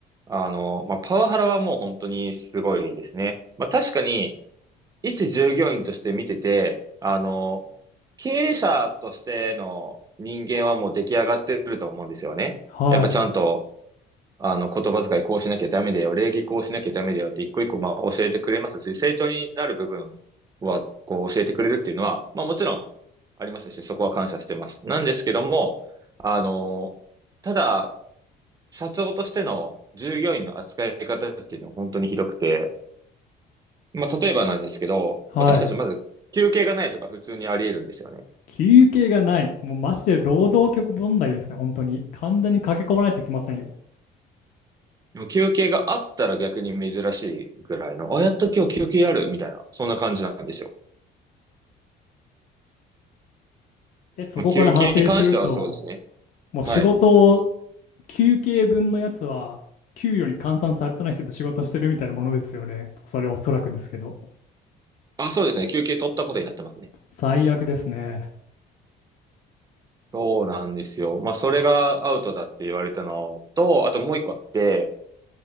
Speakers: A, on the right; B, on the left.
A: あの、まあ、パワハラはもう本当にすごいですね。まあ、確かに、一従業員として見てて、あの、経営者としての人間はもう出来上がってると思うんですよね。
B: はい。
A: やっぱちゃんとあの、言葉遣いこうしなきゃダメだよ、礼儀こうしなきゃダメだよって一個一個まあ教えてくれますし、成長になる部分はこう教えてくれるっていうのは、まあもちろんありますし、そこは感謝してます。なんですけども、あの、ただ、社長としての従業員の扱い方っていうのは本当にひどくて、まあ例えばなんですけど、
B: はい。
A: 私たちまず休憩がないとか普通にあり得るんですよね。
B: 休憩がない。もうマジで労働局問題ですね、本当に。完全に駆け込まないといけませんよ。
A: でも休憩があったら逆に珍しいぐらいの、あ、やっと今日休憩あるみたいな、そんな感じなんですよ。
B: え、そこから派生すると、
A: まあ休憩に関してはそうですね。
B: もう仕事を、
A: はい。
B: 休憩分のやつは、給与に換算されてないけど仕事してるみたいなものですよね。それおそらくですけど。
A: あ、そうですね。休憩取ったことになってますね。
B: 最悪ですね。
A: そうなんですよ。まあ、それがアウトだって言われたのと、あともう一個あって、